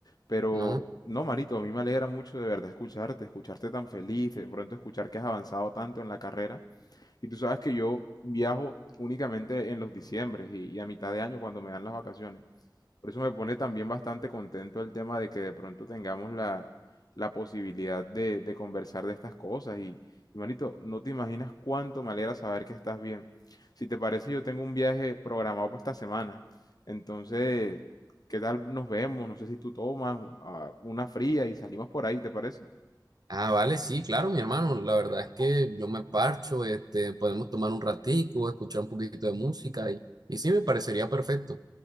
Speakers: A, on the left (about 60°); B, on the right (about 60°).
A: Pero
B: ¿no?
A: no, manito, a mí me alegra mucho de verdad escucharte, escucharte tan feliz, de pronto escuchar que has avanzado tanto en la carrera. Y tú sabes que yo viajo únicamente en los diciembres y, y a mitad de año cuando me dan las vacaciones. Por eso me pone también bastante contento el tema de que de pronto tengamos la, la posibilidad de, de conversar de estas cosas. Y, y, manito, no te imaginas cuánto me alegra saber que estás bien. Si te parece, yo tengo un viaje programado para esta semana. Entonces, ¿qué tal nos vemos? No sé si tú tomas ah, una fría y salimos por ahí, ¿te parece?
B: Ah, vale, sí, claro, mi hermano. La verdad es que yo me parcho, este, podemos tomar un ratico, escuchar un poquito de música y, y sí, me parecería perfecto.